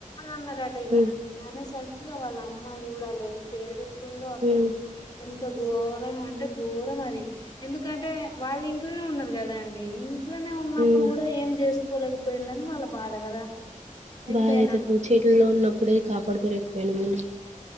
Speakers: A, on the left; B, on the right.
A: మ్న్నారాట ఇక
B: మ్మ్
A: మనేసార్ ఇగా వాళ్ళ అమ్మ చూడాలి ఎంత ఏడు స్తోంది అసలు
B: మ్మ్
A: అంత ఘోరం అంటే ఘోరం అది ఎందుకంటే వాళ్ళు ఇంట్లోనే ఉన్నారు కదా అండి ఇట్లనే ఉన్నప్పుడు
B: మ్మ్
A: కూడా ఏం చేస్త కూలేకి పోయింది వాళ బాధ కదా ఎంతైనా
B: బాధ అయితది చెట్ల్లో ఉన్నప్పుడే కాపాడుకాలేకపోయినామ్ మని